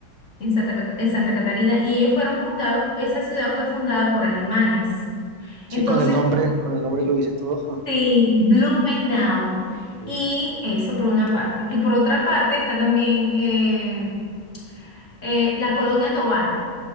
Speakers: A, on the left; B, on the right.
A: en Santa, Cata- en Santa Catarina, y ellos fueron fundados, esa ciudad fue fundada por alemanes. Entonces,
B: Sí, con el nombre, con el nombre lo hice todo. <laughs>
A: Sí, Blumenau.
B: Sí,
A: Y eso por una parte. Y por otra parte está también eh, eh, la Colonia Tovar